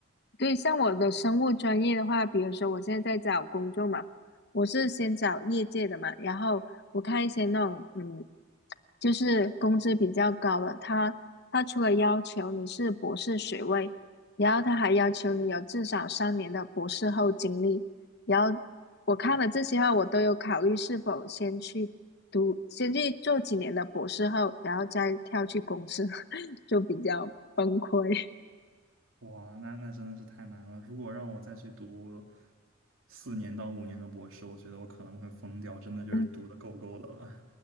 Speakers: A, on the left; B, on the right.
A: 对，像我的生物专业的话，比如说我现在在找工作嘛，我是先找业界的嘛，然后我看一些那种嗯，就是工资比较高的，他他除了要求你是博士学位，然后他还要求你有至少三年的博士后经历，然后我看了这些话，
B: 哦，
A: 我都有考虑是否先去读，先去做几年的博士后，然后再跳去公司，<laughs> 就比较崩溃。
B: 哇，那那真的是太难了。如果让我再去读四年到五年的博士，我觉得我可能会疯掉，真的就是读的够不够的了。
A: <laughs>